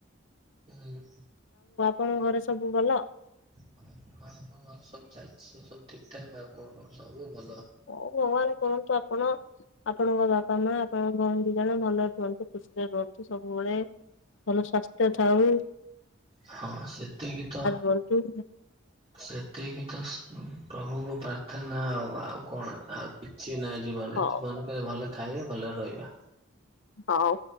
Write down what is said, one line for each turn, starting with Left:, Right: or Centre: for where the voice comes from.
Right: ହୁଁ।
Left: କଣ ଘରେ ସବୁ ଭଲ?
Right: ହ ସବୁ ଚାଲିଚି ସବୁ ଠିକ ଠାକ୍ ଆଉ କଣ ସବୁ ଭଲ।
Left: ହଁ ଭଗବାନ କରନ୍ତୁ ଆପଣ ଆପଣଙ୍କ ବାପା ମା ଆପଣଙ୍କ ଭ ଦି ଜଣ ଭଲରେ ରୁହନ୍ତୁ ଖୁସିରେ ରୁହନ୍ତୁ ସବୁବେଳେ ଭଲ ସ୍ୱାସ୍ଥ ତଥାଉ।
Right: ହଁ ସେତିକି ତ
Left: ରୁହନ୍ତୁ।
Right: ସେତିକି ତ ପ୍ରଭୁ କୁ ପ୍ରାର୍ଥନାଉ ଆଉ କଣ ଆଉ କିଛି ନାହିଁ ଜୀବନରେ
Left: ହଉ
Right: ଜୀବନ କେବେ ଭଲ ଖାଇବା ଭଲରେ ରହିବା।
Left: ହଉ